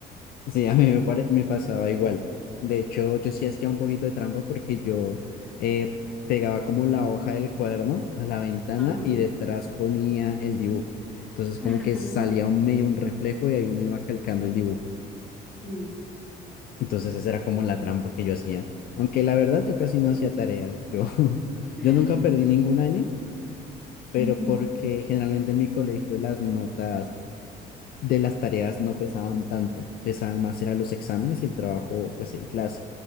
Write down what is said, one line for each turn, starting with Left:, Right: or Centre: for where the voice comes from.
Left: Sí, a mí me, pare- me pasaba igual. De hecho, yo sí hacía un poquito de trampa porque yo eh, pegaba como la hoja del cuaderno a la ventana
Centre: Ajá.
Left: y detrás ponía el dibujo. Entonces como
Centre: <laughs>
Left: que salía un medio un reflejo y ahí uno iba calcando el dibujo.
Centre: Sí.
Left: Entonces esa era como la trampa que yo hacía. Aunque la verdad yo casi no hacía tareas. Yo, <laughs>
Centre: <laughs>
Left: yo nunca perdí ningún año, pero
Centre: Ujú,
Left: porque generalmente en mi colegio las notas de las tareas no pesaban tanto, pesaban más eran los exámenes y el trabajo pues en clase.